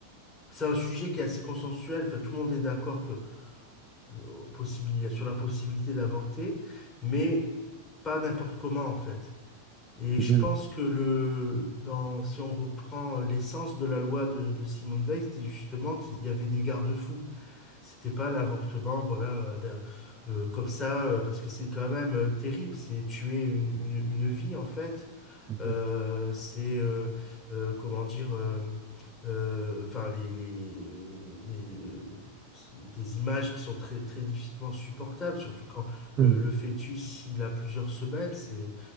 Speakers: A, on the left (about 15°); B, on the right (about 30°).
A: C'est un sujet qui est assez consensuel, enfin, tout le monde est d'accord le- euh, possibili- sur la possibilité d'avorter, mais pas n'importe comment en fait. Et
B: Mhm,
A: je pense que le, dans, si on reprend euh, l'essence de la loi de, de Simone Veil, c'était justement qu'il y avait des garde-fous. C'était pas l'avortement, voilà, euh, d'un- euh, comme ça, euh, parce que c'est quand même euh, terrible, c'est tuer une, une- une vie en fait.
B: mhm,
A: Euh, c'est, euh, euh, comment dire, euh, euh, enfin, les, les, euh, les- les- euh, c'est des images qui sont très, très difficilement supportables, surtout quand le,
B: mhm,
A: le fœtus, il a plusieurs semaines, c'est